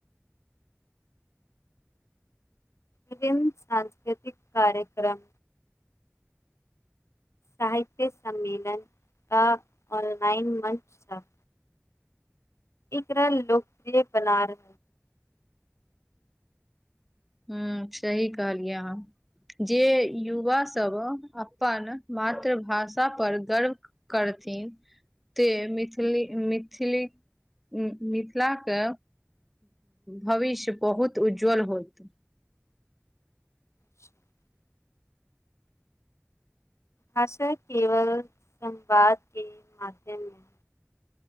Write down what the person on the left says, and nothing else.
विभिन्न सांस्कृतिक कार्य क्रम साहित्य सम्मेलन क ऑनलाइन मंच सब एकरा लोकप्रिय बना रह
<inaudible> भाषा केवल संवादके माध्यममे